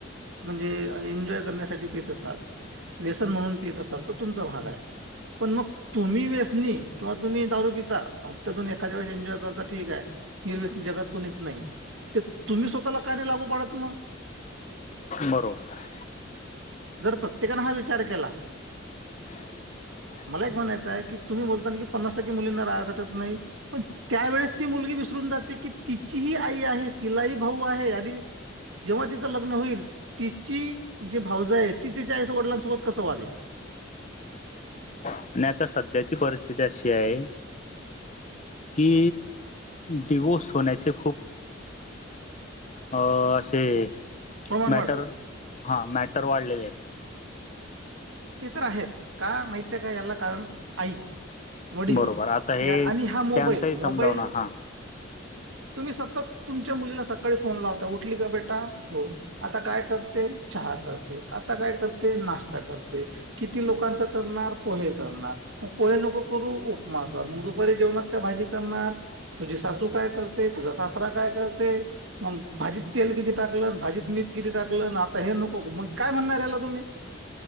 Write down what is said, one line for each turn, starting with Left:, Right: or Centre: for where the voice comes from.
Right: म्हणजे एन्जॉय करण्यासाठी पित असाल व्यसन म्हणून पित असाल तर तुमचा भाग आहे पण मग तुम्ही व्यसनी किंवा तुम्ही दारू पिता, हप्त्यातून एखाद्या वळेस एन्जॉय करता ठीक आहे निर्व्यसनी जगात कोणीच नाही आहे तर तुम्ही स्वतःला का नाही लागू पाडत म.
Left: बरोबर आहे.
Right: जर प्रत्येकानं हा विचार केला
Left: <inaudible>
Right: मला एक म्हणायचं आहे की तुम्ही बोलता की पन्नास टक्के मुलींना राहायसाठी येत नाही पण त्यावेेळेस ती मुलगी विसरून जाते की तिचीही आई आहे तिलाही भाऊ आहे आणि जेव्हा तिचं लग्न होईल तिची जी भाऊजं आहे ती तिच्या आई वडिलांसोबत कसं वागेल?
Left: आणि आता सध्याची परिस्थिती अशी आहे की डिवोस होण्याचे खूप. ह असे
Right: प्रमाण
Left: मॅटर
Right: वाढलं
Left: हा मॅटर वाढलेले आहेत.
Right: ते तर आहेच का माहिते आहे का याला कारण आई वडील
Left: बरोबर आता हे
Right: त्या आणि हा मोबाईल
Left: त्यांचंही समजावणं
Right: मोबाईल
Left: हा
Right: तुम्ही सतत तुमच्या मुलीला सकाळी फोन लावता उठली का बेटा हो आता काय करते चहा करते आता काय करते नाश्ता करते किती लोकांचा करणार पोहे करणार मग पोहे नको करू उपमा कर मग दुपारी जेवणात त्या भाजी करणार तुझी सासू काय करते तुझा सासरा काय करते? मग भाजीत तेल किती टाकल भाजीत मीठ किती टाकलं आता हे नको म काय म्हणणार याला तुम्ही